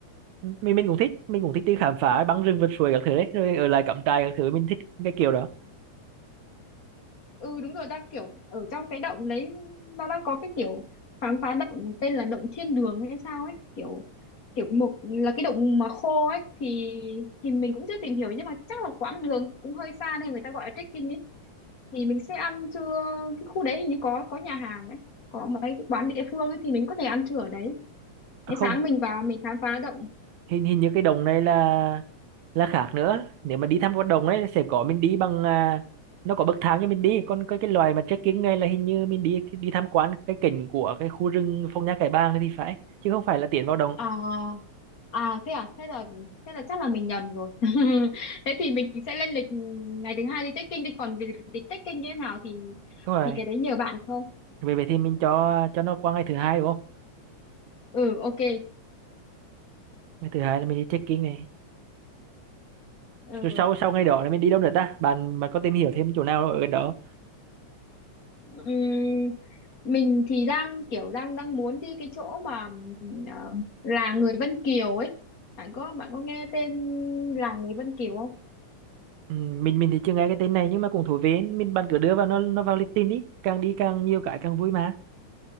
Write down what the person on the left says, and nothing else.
ừ đúng rồi đang kiểu ở trong cái động đấy nó đang có cái kiểu khám phá động tên là động thiên đường hay sao ấy kiểu kiểu một là cái động mà khô ấy thì thì mình cũng chưa tìm hiểu nhưng mà chắc là quãng đường cũng hơi xa nên người ta gọi là trekking ấy thì mình sẽ ăn trưa cái khu đấy hình như có có nhà hàng đấy có mấy cái quán địa phương ấy thì mình có thể ăn trưa ở đấy
Thế
sáng mình vào mình khám phá động
À, à thế à thế là thế là chắc là mình nhầm rồi <laughs> thế thì mình sẽ lên lịch ừ, ngày thứ hai đi trekking đi còn việc lịch trekking như thế nào thì
thì cái đấy nhờ bạn thôi
ừ ok
ừ.
Ừm, mình thì đang kiểu đang đang muốn đi cái chỗ mà ờ, làng người Vân Kiều ấy bạn có bạn có nghe tên làng người Vân Kiều không